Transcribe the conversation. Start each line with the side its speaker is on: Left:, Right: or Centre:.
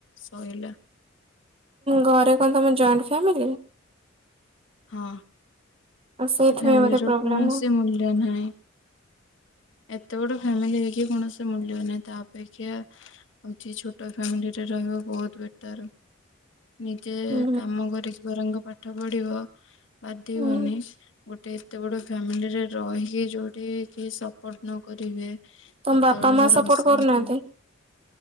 Left: ସଇଲା।
Right: ଘରେ କଣ ତମ ଜଏଣ୍ଟ ଫ୍ୟାମିଲି?
Left: ହଁ,
Right: ଆଉ ସେଇଥିପାଇଁ
Left: ସେ ଫାମିଲିର
Right: ବୋଧେ ପ୍ରୋବ୍ଲେମ୍
Left: କୌଣସି ମୂଲ୍ୟ ନାହିଁ। ଏତେ ବଡ ଫ୍ୟାମିଲି ହେଇକି କୌଣସି ମୂଲ୍ୟ ନାହିଁ। ତା ଅପେକ୍ଷା ଆଉ ଟିଏ ଛୋଟ ଫ୍ୟାମିଲିରେ ରହିବା ବହୁତ ବେଟର। ନିଜେ
Right: ହୁଁ
Left: କାମ କରିକି ବରଙ୍କ ପାଠ ପଢିବ ବାଧିବନି।
Right: ହୁଁ।
Left: ଗୋଟେ ଏତେ ବଡ ଫ୍ୟାମିଲିରେ ରହିକି ଯୋଉଠି କିଏ ସପୋର୍ଟ ନଁ କରିବେ
Right: ତମ
Left: ସଦାବେଳେ
Right: ବାପା, ମାଁ,
Left: ଘର
Right: ସପୋର୍ଟ
Left: ଅଶାନ୍ତି
Right: କରୁନାହାନ୍ତି?